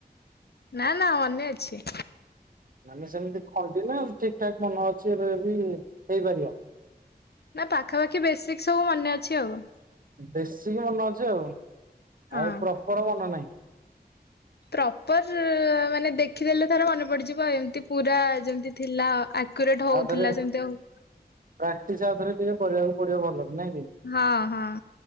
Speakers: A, on the left; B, on the right.
A: ନାଁ ନାଁ ଅନେ ଅଛି।
B: ମାନେ ସେମିତି ଖଣ୍ଡି ନା ଠିକ୍ ଠାକ୍ ମନ ଅଛି ଏବେ ବି ହେଇପାରିବ।
A: ନା ପାଖାପାଖି ବେଶିକ ସବୁ ମନେ ଅଛି ଆଉ।
B: ବେଶୀକି ମନେ ଅଛି ଆଉ
A: ହଁ
B: ଆଉ ପ୍ରପର ମନେ ନାହିଁ?
A: ପ୍ରପର ମାନେ ଦେଖିଦେଲେ ଥର ମନେ ପଡିଯିବ ଏମିତି। ପୁରା ଯେମତି ଥିଲା ଆକୁରେଟ ହଉଥିଲା
B: ଆଉଥରେ
A: ସେମିତି ଆଉ।
B: ପ୍ରାକ୍ଟିସ ଆଉଥରେ ଟିକେ କରିବାକୁ ପଡିବ ଭଲି ନାଁ କି?
A: ହଁ ହଁ।